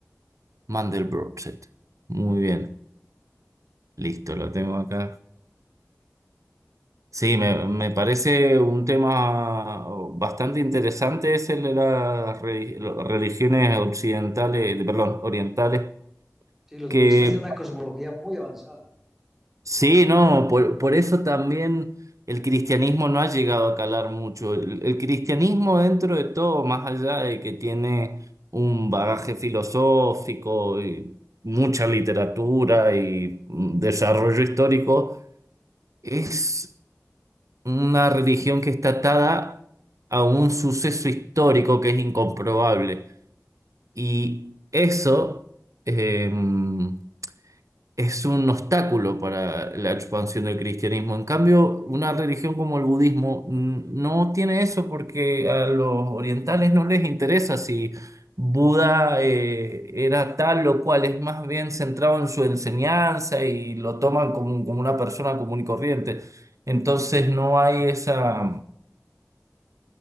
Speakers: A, on the right; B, in the centre.
A: Mandelbrot. Muy bien, listo, lo tengo acá. Sí, me, me parece un tema bastante interesante, es el de las re- religiones occidentales, eh, perdón, orientales,
B: Sí, los
A: que
B: budistas tienen una cosmología muy avanzada,
A: Sí, no, por, por eso también el cristianismo no ha llegado a calar mucho. El, el cristianismo dentro de todo, más allá de que tiene un bagaje filosófico y mucha literatura y mm, desarrollo histórico, es una religión que está atada a un suceso histórico que es incomprobable. Y eso... em, es un obstáculo para la expansión del cristianismo. En cambio, una religión como el budismo mm, no tiene eso porque a los orientales no les interesa si Buda eh, era tal o cual, es más bien centrado en su enseñanza y lo toman como, como una persona común y corriente. Entonces no hay esa,